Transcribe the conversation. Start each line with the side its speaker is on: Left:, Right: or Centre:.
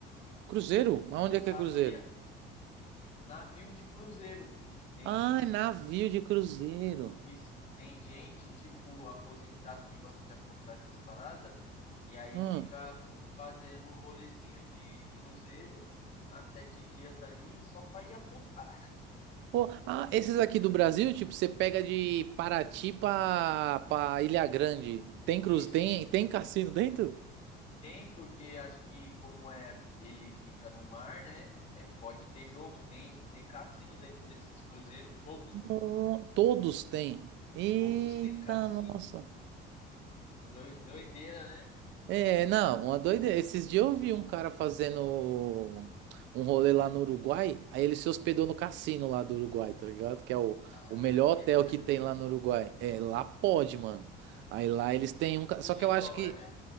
Right: Cruzeiro? Mas
Left: Eu
Right: onde
Left: não
Right: é que
Left: sabia.
Right: é Cruzeiro?
Left: navio de cruzeiro. Tem
Right: Ai, navio de cruzeiro.
Left: isso, tem gente tipo aposentado que gosta de apostar essas paradas e aí
Right: Hum.
Left: fica fazendo um rolezinho de cruzeiro há sete dias ali só para ir apostar.
Right: Pô, ah, esses aqui do Brasil, tipo, você pega de Paraty pra, pra Ilha Grande. Tem cruz,
Left: <laughs> Isso.
Right: tem, tem cassino dentro?
Left: Tem, porque acho que como é ele fica no mar, né? É, pode ter jogo, tem, tem cassino dentro desses cruzeiros, todos.
Right: No- todos têm. Eita,
Left: Todos têm cassino.
Right: nossa.
Left: Doi- Doideira, né?
Right: É, não, uma doideira. Esses dias eu vi um cara fazendo um rolê lá no Uruguai, aí ele se hospedou no cassino lá do Uruguai, tá ligado? Que é o,
Left: Ah,
Right: o melhor
Left: que
Right: hotel
Left: é legal.
Right: que tem lá no Uruguai. É, lá pode, mano. Aí lá eles têm um.
Left: E
Right: ca-
Left: tudo
Right: Só que
Left: em
Right: eu acho
Left: dólar,
Right: que
Left: né?